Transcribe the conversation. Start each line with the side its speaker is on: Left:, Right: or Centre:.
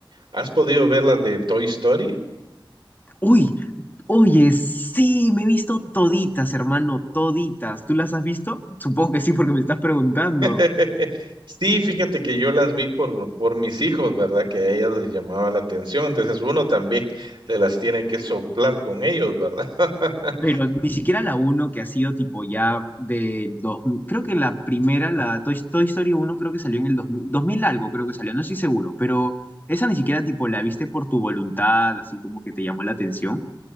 Right: has podido ver las de Toy Story?
Left: Uy, oye, sí, me he visto toditas, hermano, toditas. ¿Tú las has visto? Supongo que sí, porque me estás preguntando.
Right: <laughs> Sí, fíjate que yo las vi por, por mis hijos, ¿verdad? Que a ellas les llamaba la atención. Entonces uno también <laughs> se las tiene que soplar con ellos, ¿verdad? <laughs>
Left: Pero ni siquiera la uno que ha sido tipo ya del 2000. Creo que la primera, la Toy, Toy Story uno, creo que salió en el dos mil dos mil algo, creo que salió, no estoy seguro. Pero esa ni siquiera tipo la viste por tu voluntad, así como que te llamó la atención.